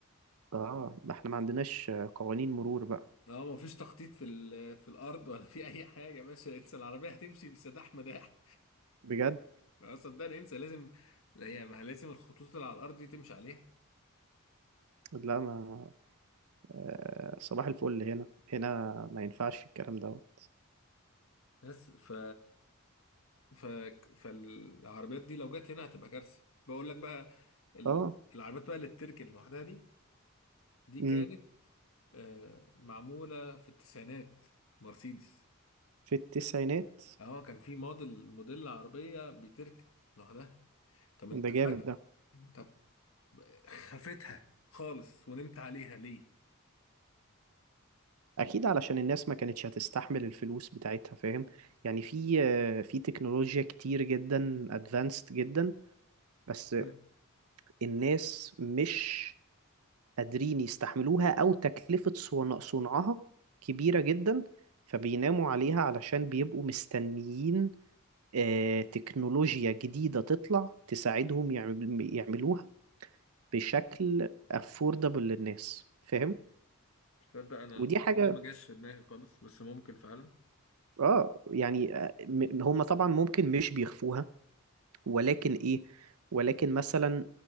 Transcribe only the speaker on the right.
اه ما احنا ما عندناش قوانين مرور بقى
بجد
لا ما آه صباح الفل هنا هنا ما ينفعش الكلام دوت
اه
امم
في التسعينات
ده
جامد ده
اكيد علشان الناس ما كانتش هتستحمل الفلوس بتاعتها فاهم يعني في آه، في تكنولوجيا كتير جدا ادفانسد جدا بس
الناس مش قادرين يستحملوها او تكلفة صنع- صنعها كبيرة جدا فبيناموا عليها علشان بيبقوا مستنيين آه، تكنولوجيا جديدة تطلع تساعدهم يعمل- يعملوها بشكل affordable للناس فاهم
ودي حاجة
اه يعني آه، م- هم طبعا ممكن مش بيخفوها ولكن ايه ولكن مثلا